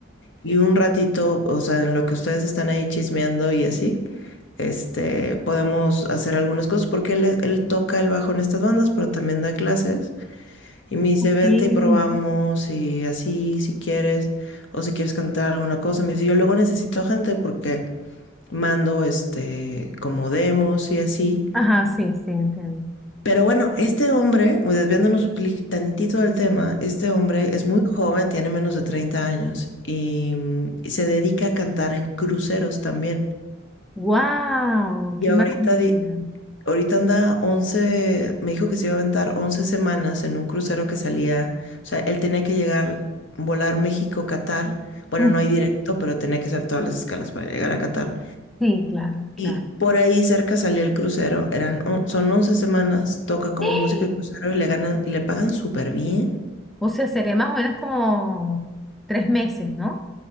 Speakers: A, on the left; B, in the centre.
A: Y un ratito, o sea, en lo que ustedes están ahí chismeando y así, este, podemos hacer algunas cosas, porque él, es- él toca el bajo en estas bandas, pero también da clases. Y me dice, vente
B: Sí.
A: y probamos y así, si quieres, o si quieres cantar alguna cosa. Me dice, yo luego necesito gente porque mando, este, como demos y así.
B: Ajá, sí, sí, entiendo.
A: Pero bueno, este hombre, desviándonos li- tantito del tema, este hombre es muy joven, tiene menos de 30 años y, mm, y se dedica a cantar en cruceros también.
B: Wow,
A: Y
B: qué
A: ahorita,
B: maravilla.
A: di- ahorita anda 11, me dijo que se iba a aventar 11 semanas en un crucero que salía, o sea, él tenía que llegar, volar México-Catar. Bueno,
B: Mm,
A: no hay directo, pero tenía que hacer todas las escalas para llegar a Qatar.
B: Sí, claro, claro.
A: Y por ahí cerca salía el crucero, eran, on- son 11 semanas, toca como
B: ¡Ah!
A: música de crucero y le ganan, le pagan súper bien.
B: O sea, sería más o menos como tres meses, ¿no?